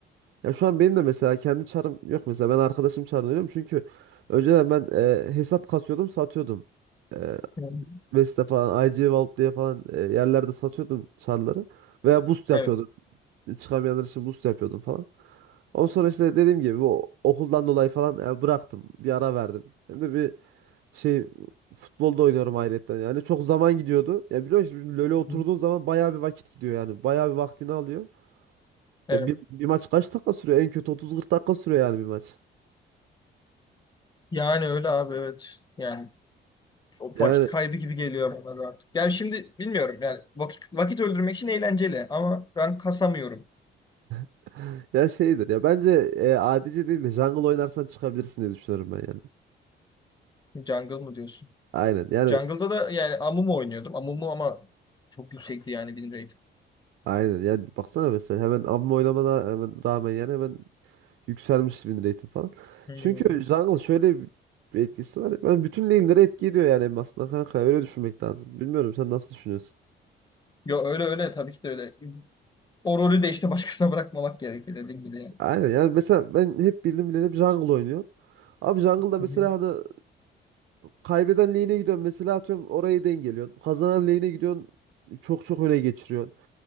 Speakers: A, on the right (about 75°); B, on the left (about 20°).
A: Ya şu an benim de mesela kendi çarım yok mesela ben arkadaşım çarını oynuyorum çünkü önceden ben e, hesap kasıyordum satıyordum. E,
B: Hı hı.
A: Vesta falan IC Vault diye falan e, yerlerde satıyordum çarları veya boost yapıyordum.
B: Evet.
A: Çıkamayanlar için boost yapıyordum falan. Ondan sonra işte dediğim gibi o okuldan dolayı falan e, bıraktım. Bir ara verdim. Hem de bir şey futbolda oynuyorum ayrıca yani çok zaman gidiyordu. Ya biliyorsun şimdi LoL'e oturduğun
B: Hı hı.
A: zaman bayağı bir vakit gidiyor yani. Bayağı bir vaktini alıyor.
B: Evet.
A: Ya bir, bir maç kaç dakika sürüyor? En kötü 30-40 dakika sürüyor yani bir maç.
B: Yani öyle abi evet. Yani o
A: Yani
B: vakit kaybı gibi geliyor bana da artık. Yani şimdi bilmiyorum yani vakit, vakit öldürmek için eğlenceli ama ben kasamıyorum.
A: <laughs> ya şeydir ya bence e, adici değil de jungle oynarsan çıkabilirsin diye düşünüyorum ben yani.
B: Jungle mı diyorsun?
A: Aynen yani
B: Jungle'da da yani Amumu oynuyordum. Amumu ama çok yüksekti yani benim rate'im.
A: aynen yani baksana mesela hemen abim oynamana hemen rağmen yani hemen yükselmiş win rate'im falan.
B: Hmm.
A: Çünkü jungle şöyle bir bir etkisi var. Ben bütün lane'lere etki ediyor yani hem aslında kanka öyle düşünmek lazım. Bilmiyorum sen nasıl düşünüyorsun?
B: Yo öyle öyle tabii ki de öyle. O rolü de işte başkasına <laughs> bırakmamak gerekiyor dediğim gibi yani.
A: Aynen yani mesela ben hep bildim bileli hep jungle oynuyorum. Abi jungle'da mesela
B: Hı hı.
A: hani kaybeden lane'e gidiyorsun mesela atıyorum orayı dengeliyorsun. Kazanan lane'e gidiyorsun çok çok öne geçiriyorsun.